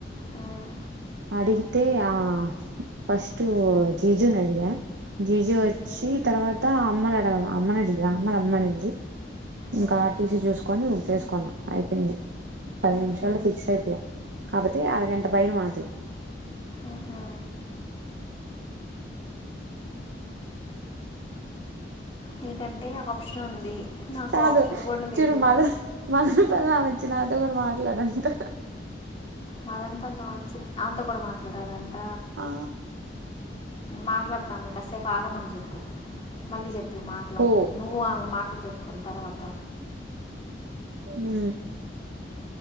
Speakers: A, on the left (about 30°); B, on the right (about 80°).
A: మ్, మ్,
B: అడిగతే ఆ ఫస్ట్ జీజున్ అడిగ జిజి వచ్చి తర్వాత అమ్మను అడిగ అమ్మని అడిగా అమ్మ రమ్మనిది ఇంకా
A: మ్,
B: ఆర్టీసీ చూసుకొని ఉపేసుకున్నా అయిపోయింది. పది
A: మ్హూ,
B: నిమిషాలో ఫిక్స్ అయిపోయాం. కాబట్టి అరగంట పైన మా
A: ఆహా నీకంటే ఆప్షన్ ఉంది నాకు
B: కాదు
A: ఆప్షన్ కూడ లేదు.
B: చూడు మదర్ <unintelligible> నాతో కూడ మాట్లాడు అంట
A: మదనపలో వచ్చి ఆమె తో కూడ మాట్లాడారంట
B: ఆ
A: మాట్లాడతాను కాసేపు ఆగమని చెప్పు మళ్ళీ చెప్దువు మాటలానికి
B: ఓ
A: నువ్వు ఆమె మాటలు చెప్పుకున్న తర్వాత
B: ఉ